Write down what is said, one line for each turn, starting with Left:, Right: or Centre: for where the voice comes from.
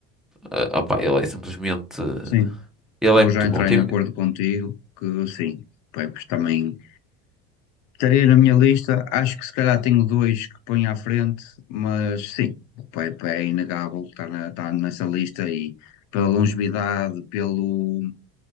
Centre: Eh, opá, ele é simplesmente.
Left: sim.
Centre: Ele
Left: Vou
Centre: é muito
Left: já entrar
Centre: bom. Tem,
Left: em acordo contigo que sim, Pepe também estaria na minha lista. Acho que se calhar tenho dois que ponho à frente, mas sim, o Pepe é inegável, está na, está nessa lista e pela longevidade, pelo.